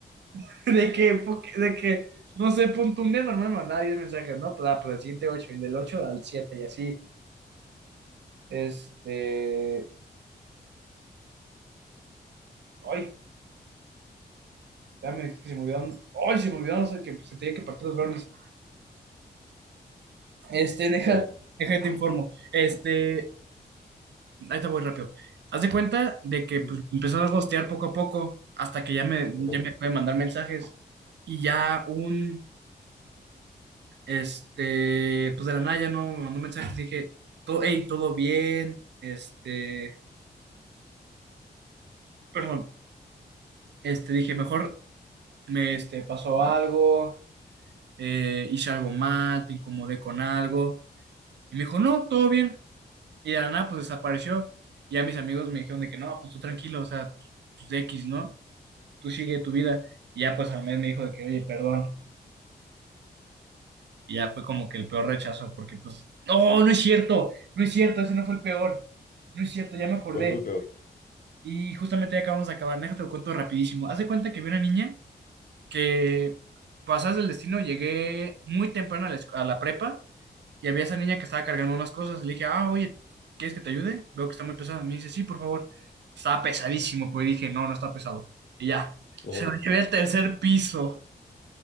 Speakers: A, on the right (about 75°); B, on the left (about 50°).
A: <laughs> De que. po- De que. No sé, punto un día normal mandaba 10 mensajes, ¿no? Pues, ah, pues del siguiente 8 y del 8 al 7 y así. Este. Ay, espérame, que se me olvidaron. Ay, se me olvidaron, o sea, que se tenía que partir los brownies. Este, deja,
B: Dale.
A: deja, que te informo. Este, ahí te voy rápido. Haz de cuenta de que
B: Ujú.
A: pues, empezó a gostear poco a poco, hasta que ya me,
B: Ajá.
A: ya me puede mandar mensajes. Y ya un, este, pues de la nada ya no me mandó mensajes. Dije, todo, hey, todo bien. Este, perdón, este, dije, mejor me este, pasó algo, eh, hice algo mal, te incomodé con algo. Y me dijo, no, todo bien. Y de la nada, pues desapareció. Y ya mis amigos me dijeron de que no, pues tú tranquilo, o sea, pues de X, ¿no? Tú sigue tu vida. Y ya, pues al mes me dijo de que, oye, perdón. Y ya fue como que el peor rechazo, porque pues, no, no es cierto, no es cierto, ese no fue el peor. No es cierto, ya me acordé.
B: ¿Cuál fue el peor?
A: Y justamente ya acabamos de acabar, déjate lo cuento rapidísimo. Haz de cuenta que vi una niña que, pasas del destino, llegué muy temprano a la, esc- a la prepa Y había esa niña que estaba cargando unas cosas. Le dije, ah, oye, ¿quieres que te ayude? Veo que está muy pesada. Me dice, sí, por favor. Estaba pesadísimo, pues dije, no, no está pesado. Y ya,
B: Ajá.
A: se lo llevé al tercer piso,